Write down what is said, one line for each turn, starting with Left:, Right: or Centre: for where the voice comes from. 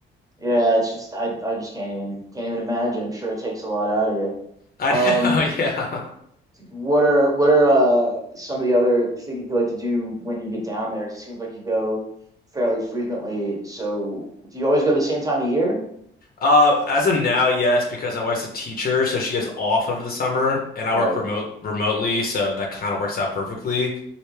Right: Yeah, it's just I I just can't even can't even imagine. I'm sure it takes a lot out of you.
Left: I
Right: Um,
Left: know, <laughs> yeah.
Right: What are what are uh some of the other things you like to do when you get down there? 'Cause it seems like you go fairly frequently. So do you always go the same time of year?
Left: Uh, as of now, yes, because my wife's a teacher, so she is off over the summer, and
Right: Right.
Left: I work remote remotely, so that kind of works out perfectly.